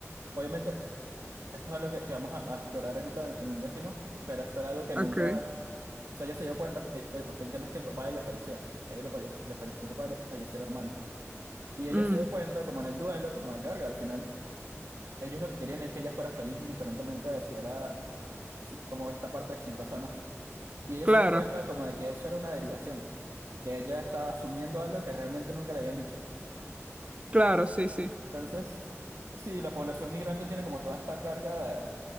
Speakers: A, on the right (about 75°); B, on the right (about 25°).
A: Obviamente, esto es algo que, que vamos a, a explorar ahorita en en el décimo, pero esto era algo que
B: Ok.
A: nunca O sea, ella se dio cuenta, el, el- el tema es que el papá de ella falleció, a ella le, falle- le falleció el papá y le falleció el hermano. Y ella
B: Mm,
A: se dio cuenta, como en el duelo, como de que verga, al final ellos lo que querían es que ella fuera feliz indiferentemente de si era si- como esta parte exitosa o no. Y ella
B: claro,
A: se dio cuenta como de que eso era una derivación, que ella estaba asumiendo algo que realmente nunca le habían dicho.
B: claro, sí, sí.
A: Entonces, sí, la población migrante tiene como toda esta carga de,